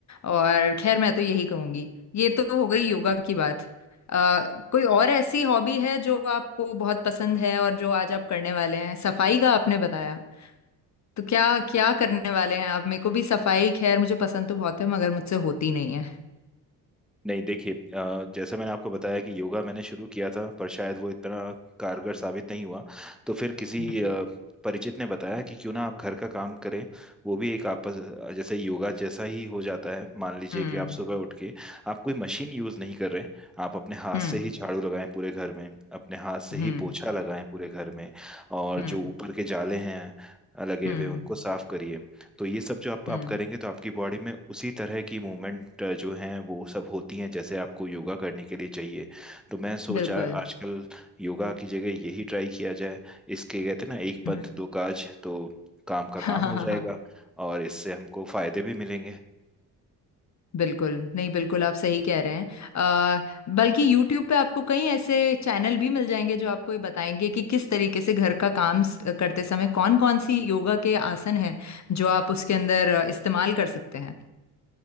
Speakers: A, on the left; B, in the centre.
A: और खैर मैं तो यही कहूंगी ये तो हो गई योगा की बात अ, कोई और ऐसी हॉबी है जो आपको बहुत पसंद है और जो आज आप करने वाले हैं सफाई का आपने बताया तो क्या क्या करने वाले हैं आप मेरे को भी सफाई खैर मुझे पसंद तो बहुत है मगर मुझसे होती नहीं है
B: नहीं देखिए अ, जैसा मैंने आपको बताया कि योगा मैंने शुरू किया था पर शायद वो इतना कारगर साबित नहीं हुआ तो फिर किसी
A: हम्म
B: अ, परिचित ने बताया कि क्यों ना आप घर का काम करें वो भी एक आपस जैसे योगा जैसा ही हो जाता है मान लीजिए
A: हम्म
B: कि आप सुबह उठ के आप कोई मशीन यूज़ नहीं कर रहे आप अपने हाथ
A: हम्म
B: से ही झाड़ू लगाएं पूरे घर में अपने हाथ से
A: हम्म
B: ही पोछा लगाएं पूरे घर में और
A: हम्म
B: जो ऊपर के जाले हैं लगे
A: हम्म
B: हुए उनको साफ करिए तो ये सब जो आप
A: हम्म,
B: आप करेंगे तो आपकी बॉडी में उसी तरह की मूवमेंट जो हैं वो सब होती हैं जैसे आपको योगा करने के लिए चाहिए तो मैं सोचा
A: बिल्कुल
B: आजकल योगा की जगह यही ट्राई किया जाए इसके कहते हैं ना एक पंथ
A: हम्म।
B: दो काज तो काम का
A: <laughs>
B: काम हो जाएगा और इससे हमको फायदे भी मिलेंगे
A: बिल्कुल नहीं बिल्कुल आप सही कह रहे हैं आ, बल्कि YouTube पे आपको कई ऐसे चैनल भी मिल जाएंगे जो आपको ये बताएंगे कि किस तरीके से घर का काम स- करते समय कौन कौन सी योगा के आसन हैं जो आप उसके अंदर अ, इस्तेमाल कर सकते हैं